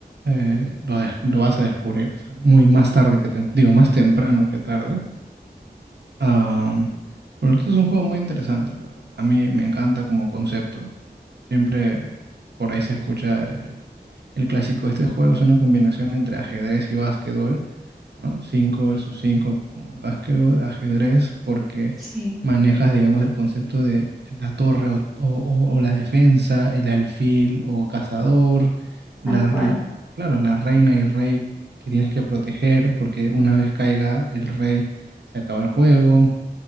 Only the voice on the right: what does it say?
eh, lo, des- lo vas a descubrir. o sea, muy más tarde que tem- digo, más temprano que tarde. Am, pero esto es un juego muy interesante, la verdad. A mí me encanta como concepto. Siempre por ahí se escucha el, el clásico. Este juego es una combinación entre ajedrez y básquetbol, ¿no? 5 versus 5 como el básquetbol, ajedrez, porque
manejas, digamos, el concepto de la torre o, o- o- o la defensa, el alfil o cazador, la,
la-
claro, la reina y rey que tienes que proteger, porque una vez caiga el rey se acaba el juego